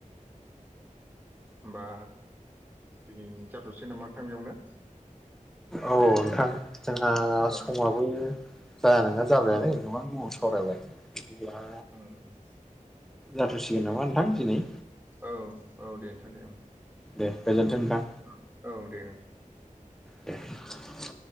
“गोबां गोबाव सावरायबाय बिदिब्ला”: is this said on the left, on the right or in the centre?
Centre